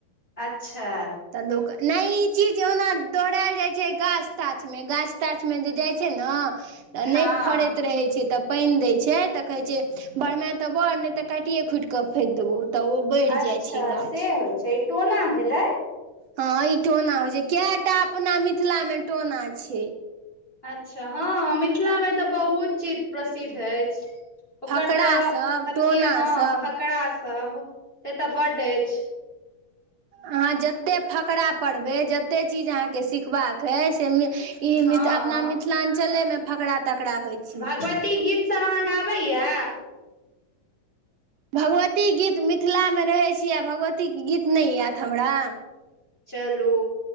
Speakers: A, on the left; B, on the right.
A: अच्छा
B: तऽ लोक न ई चीज ओना दौहड़ल जाय छै गाछ ताछ में गाछ ताछ में जे जाइ छै न त नहि
A: हँ
B: फरैत रहै छै तऽ पइन दै छै तऽ कहै छै बढ़मै त बढ़ नहि तऽ काटिए खूटि कऽ फेेक देबौ तऽ ओ बढ़ि
A: अच्छा
B: जाइ छै गाछ
A: से होइ छै टोना भेलै
B: हँ ई टोना होइ छै कएटा अपना मिथिला मे टोना छै
A: अच्छा हँ मिथिलामे त बहुत चीज प्रसिद्ध अछि ओकर
B: फकरा
A: तऽ
B: सब
A: अथी
B: टोना
A: हँ
B: सब
A: फकरा सब से तऽ बड् अछि
B: अहाँ जतेक फकरा पढ़बै जतेक चीज अहाँके सिखबाक अइसे इ
A: हँ
B: मिथ अपना मिथिलांचले में फकरा तकरा होइ छै
A: भगवती गीत सब अहाँ के आबैया
B: भगवती गीत मिथिला में रहै छी आ भगवतीके गीत नहि आयत हमरा
A: चलू